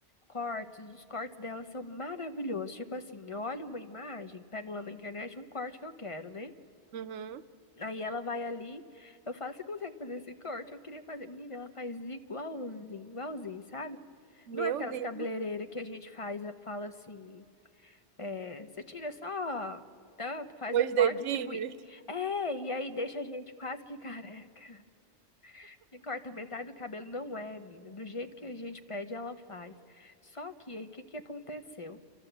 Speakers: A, on the left; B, on the right.
A: Cortes, os cortes dela são maravilhosos. Tipo assim, eu olho uma imagem, pego lá na internet um corte que eu quero, né?
B: Uhum.
A: Aí ela vai ali, eu falo, você consegue fazer esse corte? Eu queria fazer. Menina, ela faz igualzinho, igualzinho, sabe?
B: Meu
A: Não é aquelas
B: Deus,
A: cabeleireiras que a gente faz, fala assim. É, você tira só tanto, faz
B: os
A: um corte,
B: dedinhos.
A: tipo. e- É, e aí deixa a gente quase que <laughs> careca. E corta metade do cabelo, não é, menina. Do jeito que a gente pede, ela faz. Só que aí, o que que aconteceu?